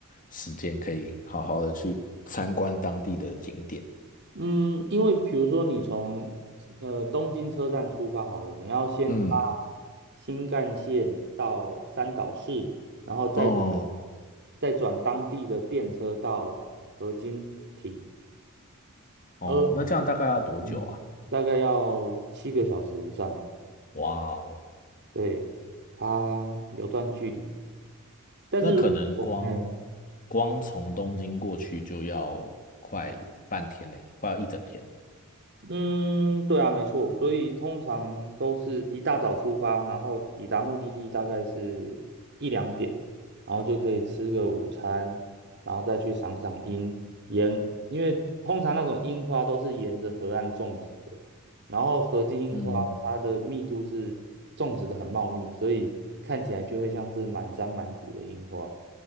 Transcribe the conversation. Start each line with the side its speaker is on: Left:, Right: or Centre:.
Left: 时间可以好好的去参观当地的景点。
Right: 嗯，因为比如说你从呃东京车站出发好了，你要先搭
Left: 嗯，
Right: 新干线到三岛市，然后再转
Left: 哦
Right: 再转当地的电车到河津町。
Left: 哦，
Right: 呃。
Left: 那这样大概要多久啊？
Right: 嗯，大概要七个小时以上。
Left: 哇哦，
Right: 对，它有段距离，但是如果哎
Left: 那可能光光从东京过去就要快半天嘞，快要一整天。
Right: 嗯，对啊，没错，所以通常都是一大早出发，然后抵达目的地大概是一两点，然后就可以吃个午餐，然后再去赏赏樱，沿，因为通常那种樱花都是沿着河岸种植的，然后河津樱花它的密度是种植的很茂密，
Left: 嗯。
Right: 所以看起来就会像是满山满谷的樱花。